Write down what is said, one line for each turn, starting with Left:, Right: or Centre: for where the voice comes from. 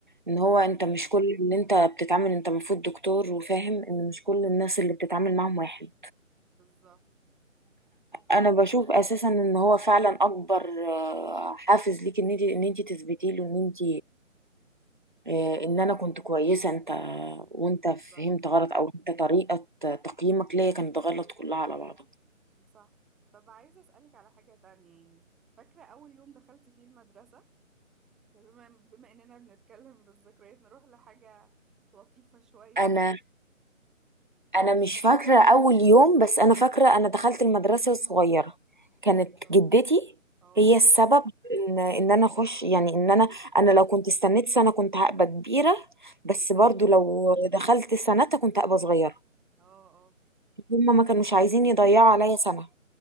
Right: ان
Centre: اه
Right: هو انت مش كل اللي انت بتتعامل انت المفروض دكتور وفاهم ان مش كل الناس اللي بتتعامل معاهم واحد
Centre: بالظبط
Right: انا بشوف اساسا ان هو فعلا اكبر آه، حافز ليك ان انت ان انت تثبتي له ان انت آه، ان انا كنت كويسه انت وانت فهمت
Centre: صح
Right: غلط او انت طريقه تقييمك ليا كانت غلط كلها على بعضها
Centre: صح. طب عايزة اسألك على حاجة تانية يعني فاكرة اول يوم دخلت فيه المدرسة يعني بما بما اننا بنتكلم بالذكريات نروح لحاجة لطيفة شوية
Right: انا انا مش فاكره اول يوم بس انا فاكره انا دخلت المدرسه الصغيره كانت
Centre: اه
Right: جدتي
Centre: اه
Right: هي السبب ان ان انا اخش يعني ان انا انا لو كنت استنيت سنه كنت هبقى كبيره بس برضو
Centre: اه
Right: لو دخلت سنتها كنت هبقى صغيره
Centre: اه
Right: هما ما كانوش عايزين يضيعوا عليا سنة